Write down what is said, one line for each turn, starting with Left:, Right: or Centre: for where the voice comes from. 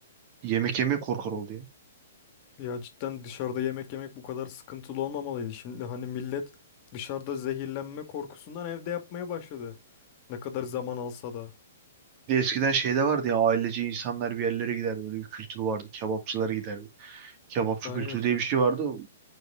Right: yemek yemeye korkar oldu ya.
Left: Ya cidden dışarıda yemek yemek bu kadar sıkıntılı olmamalıydı. Şimdi hani millet dışarıda zehirlenme korkusundan evde yapmaya başladı. Ne kadar zaman alsa da.
Right: Bir de eskiden şeyde vardı ya ailece insanlar bir yerlere giderdi. Öyle bir kültür vardı. Kebapçılara giderdi. Kebapçı
Left: Aynen.
Right: kültürü diye bir şey vardı.